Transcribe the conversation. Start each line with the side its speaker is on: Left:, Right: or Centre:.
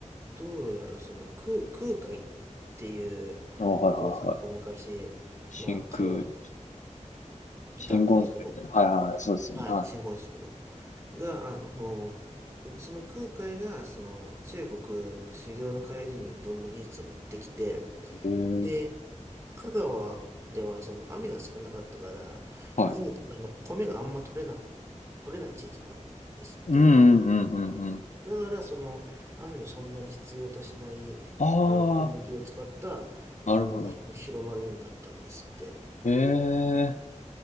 Right: どうやらその、空、空海っていうお坊さんが昔、
Left: ん。あ、はいはいはい。真空、
Right: まあ、香川にいたんだけど、
Left: 真言宗みたいな。はいはいはい。そうですよね。
Right: はい、
Left: は
Right: 真言宗の。が、あの、その空海が、その中国の修行の帰りにうどんの技術を持ってきて、
Left: い。へえー
Right: で、香川ではその雨が少なかったから、
Left: はい。
Right: いに、あの、米があんま取れなかっ取れない地域なんですって。
Left: うんうんうんうんうん。
Right: だから、その、雨をそんなに必要としない、
Left: あ
Right: あの、小麦を使ったうどんが広まるようになったんですって。
Left: あ、なるほど。へえ